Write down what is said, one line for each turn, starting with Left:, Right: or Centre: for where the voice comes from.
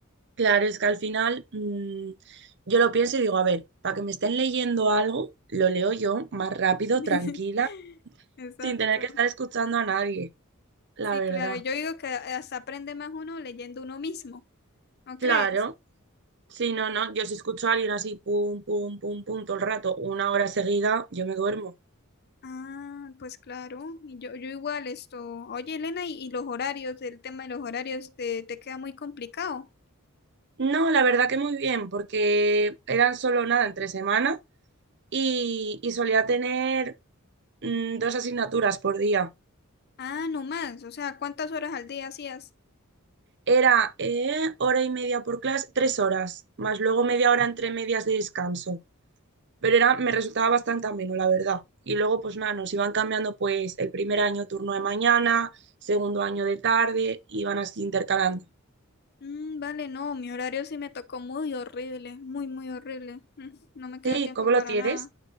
Right: Claro, es que al final mm, yo lo pienso y digo, a ver, para que me estén leyendo algo, lo leo yo más rápido,
Left: <laughs>
Right: tranquila,
Left: Exacto.
Right: sin tener que estar escuchando a nadie, la
Left: Sí,
Right: verdad.
Left: claro, yo digo que hasta aprende más uno leyendo uno mismo, ¿no
Right: Claro,
Left: crees?
Right: si no, no, yo si escucho a alguien así, pum, pum, pum, pum, todo el rato, una hora seguida, yo me duermo.
Left: Ah, pues claro, y yo, yo igual esto. Oye, Elena, y, y los horarios, el tema de los horarios, te, te queda muy complicado.
Right: No, la verdad que muy bien, porque eran solo nada entre semana y, y solía tener mm, dos asignaturas por día.
Left: Ah, no más, o sea, ¿cuántas horas al día hacías?
Right: Era eh, hora y media por clase, tres horas, más luego media hora entre medias de descanso. Pero era, me resultaba bastante ameno, la verdad. Y luego, pues nada, nos iban cambiando pues el primer año turno de mañana, segundo año de tarde, iban así intercalando.
Left: Mm, vale, no, mi horario sí me tocó muy horrible, muy, muy horrible. Mm, no me queda
Right: Sí,
Left: tiempo
Right: ¿cómo
Left: para
Right: lo tienes?
Left: nada.